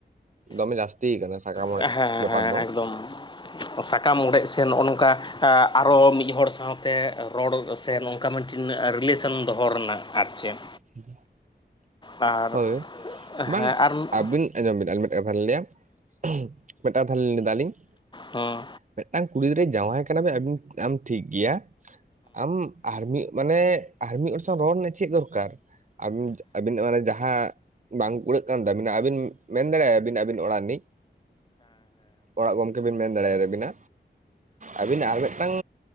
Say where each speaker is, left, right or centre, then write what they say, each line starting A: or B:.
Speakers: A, on the right; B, on the left.
A: ᱫᱚᱢᱮ ᱡᱟᱹᱥᱛᱤ ᱭᱟᱠᱟᱱᱟ ᱥᱟᱠᱟᱢ
B: ᱦᱮᱸ ᱦᱮᱸ
A: ᱵᱮᱯᱟᱨ
B: ᱦᱮᱸ
A: ᱫᱚ
B: ᱮᱠᱫᱚᱢ
A: ᱾
B: ᱥᱟᱠᱟᱢ ᱚᱲᱮᱡ ᱥᱮ ᱱᱚᱜ-ᱚ ᱱᱚᱝᱠᱟ ᱟᱨᱚ ᱢᱤᱫ ᱦᱚᱲ ᱥᱟᱶᱛᱮ ᱨᱚᱲ ᱥᱮ ᱱᱚᱝᱠᱟ ᱢᱤᱫᱴᱤᱱ ᱨᱤᱞᱮᱥᱚᱱ ᱫᱚᱦᱚ ᱨᱮᱱᱟᱜ ᱟᱨ ᱪᱮᱫ,
A: ᱦᱮᱸ
B: ᱟᱨ
A: <inaudible> ᱦᱳᱭ
B: ᱦᱮᱸ
A: ᱵᱟᱝ
B: ᱟᱨ ᱦᱮᱸ ᱦᱮᱸ ᱦᱮᱸ ᱦᱮᱸ ᱦᱮᱸ ᱦᱮᱸ ᱦᱮᱸ
A: ᱟᱹᱵᱤᱱ ᱟᱹᱡᱚᱢ ᱵᱤᱱ ᱟᱨ ᱢᱤᱫᱴᱮᱱ ᱠᱟᱛᱷᱟ ᱞᱤᱧ ᱞᱟᱹᱭᱟ ᱾ ᱢᱤᱫᱴᱟᱝ ᱠᱟᱛᱷᱟ ᱞᱤᱧ ᱞᱟᱹᱭ ᱫᱟ ᱟᱹᱞᱤᱧ ᱾
B: ᱦᱚᱸ
A: ᱢᱤᱫᱴᱟᱝ ᱠᱩᱲᱤ ᱜᱤᱫᱽᱨᱟ ᱡᱟᱶᱟᱭ ᱟᱠᱟᱱᱟ ᱵᱮᱱ ᱟᱹᱵᱤᱱ ᱟᱢ ᱴᱷᱤᱠ ᱜᱮᱭᱟ ᱟᱢ ᱟᱨ ᱢᱤᱫ ᱢᱟᱱᱮ ᱟᱨ ᱢᱤᱫ ᱦᱚᱲ ᱥᱟᱶ ᱨᱚᱲ ᱨᱮᱱᱟᱜ ᱪᱮᱫ ᱫᱚᱨᱠᱟᱨ ᱟᱹᱵᱤᱱ ᱟᱹᱵᱤᱱᱟᱜ ᱢᱟᱱᱮ ᱡᱟᱦᱟ ᱦᱮᱸ ᱵᱟᱝ ᱠᱩᱲᱟᱹᱜ ᱠᱟᱱ ᱛᱟᱹᱵᱤᱱᱟ ᱟᱹᱵᱤᱱ ᱢᱮᱱ ᱫᱟᱲᱮᱭᱟᱜ-ᱟ ᱵᱤᱱ ᱟᱹᱵᱤᱱ ᱚᱲᱟᱜ ᱨᱤᱱᱤᱡ ᱚᱲᱟᱜ ᱜᱚᱝᱠᱮ ᱵᱤᱱ ᱢᱮᱱ ᱫᱟᱲᱮᱭᱟᱭ ᱛᱟᱹᱵᱤᱱᱟ ᱟᱹᱵᱤᱱᱟᱜ ᱟᱨ ᱢᱤᱫᱴᱟᱝ